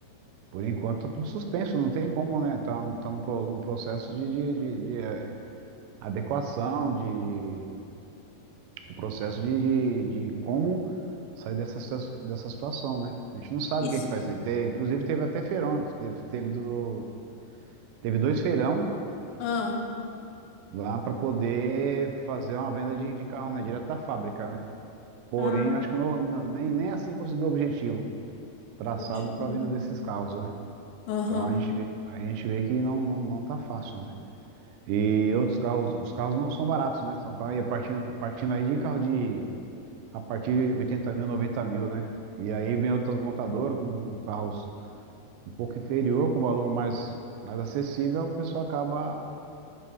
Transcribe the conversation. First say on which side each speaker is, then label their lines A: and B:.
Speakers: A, on the right (about 85°); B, on the left (about 85°).
A: Por enquanto tá tudo suspenso, não tem como, né? Tá, tá no, pro- no processo de, de, de- de, eh, adequação, de, de um processo de, de, de como sair dessa, situa- dessa situação, né? A gente não sabe
B: Isso.
A: o que que vai ser. Te- inclusive teve até feirão, teve, teve, do, teve dois feirão
B: Ah,
A: lá para poder fazer uma venda de, de carro, né, direto da fábrica, né? Porém,
B: ah,
A: acho que não- não- nem, nem assim conseguiu o objetivo traçado
B: puxa
A: para
B: vida.
A: a venda desses carros, né?
B: Aham.
A: Então a gente vê, a gente vê que não, não, não tá fácil, né? E outros carros, os carros não são baratos, né? São carros aí partindo, partindo aí de carro de a partir de 80 mil, 90 mil, né? E aí vem outras montadoras com carros um pouco inferior, com valor mais, mais acessível, o pessoal acaba,